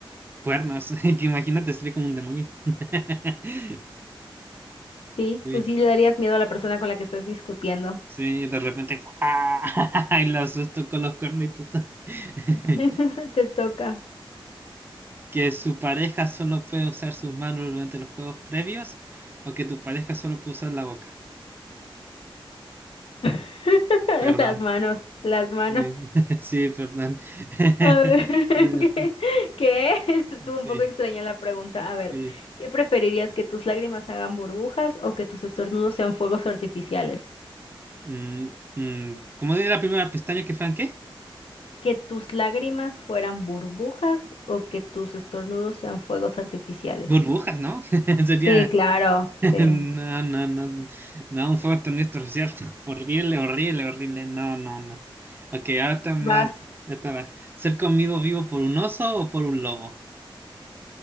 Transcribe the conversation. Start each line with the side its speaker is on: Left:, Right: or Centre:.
Right: cuernos, <laughs> que imagínate, sería como un demonio. <laughs>
Left: Sí,
Right: Sí,
Left: pues sí le darías miedo a la persona con la que estás discutiendo.
Right: sí, de repente, ¡pua! <laughs> y lo asusto con los cuernitos. <laughs>
Left: <laughs> Te toca.
Right: Que su pareja solo puede usar sus manos durante los juegos previos o que tu pareja solo puede usar la boca.
Left: <laughs>
Right: Perdón,
Left: Las manos, las manos.
Right: sí, <laughs> sí, perdón. <laughs>
Left: A ver, <laughs> ¿qué? qué? <laughs> Estuvo
Right: Sí,
Left: un poco extraña la pregunta. A ver,
Right: sí.
Left: ¿qué preferirías que tus lágrimas hagan burbujas o que tus estornudos sean fuegos artificiales?
Right: Mm, mm, ¿cómo sería la primera pestaña que fan qué?
Left: ¿Que tus lágrimas fueran burbujas o que tus estornudos sean fuegos artificiales?
Right: Burbujas, ¿no? <laughs> Sería.
Left: Sí, claro,
Right: <laughs>
Left: sí.
Right: No, no, no. No, un fuerte honesto social. <laughs> Horrible, horrible, horrible. No, no, no. Ok, ahora está más.
Left: Vas,
Right: ya está más. ¿Ser comido vivo por un oso o por un lobo?